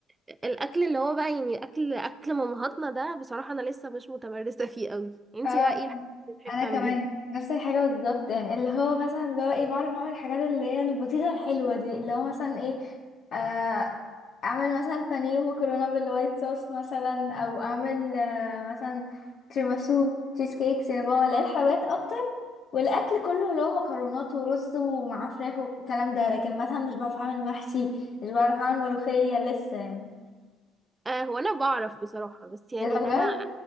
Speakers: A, on the right; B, on the left.
A: الاكل اللي هو بقى يعني اكل اكل مامهاتنا ده بصراحه انا لسه مش متمرسه فيه قوي انت
B: آه
A: بقى ايه الحاجات اللي بتحبي
B: أنا
A: تعمليها
B: كمان نفس الحاجة بالظبط يعني اللي هو مثلا اللي هو ايه بعرف أعمل الحاجات اللي هي البسيطة الحلوة دي اللي هو مثلا ايه آه اعمل مثلا بانيه ومكرونه بالوايت صوص مثلا او اعمل آه، مثلا تيراميسو تشيز كيك سينابون اللي هي الحلويات اكتر والاكل كله اللي هو مكرونات ورز ومعاه فراخ والكلام ده لكن مثلا مش بعرف اعمل محشي مش بعرف اعمل ملوخيه لسه يعني
A: أه هو انا بعرف بصراحه بس يعني
B: ايه ده
A: ان
B: بجد
A: انا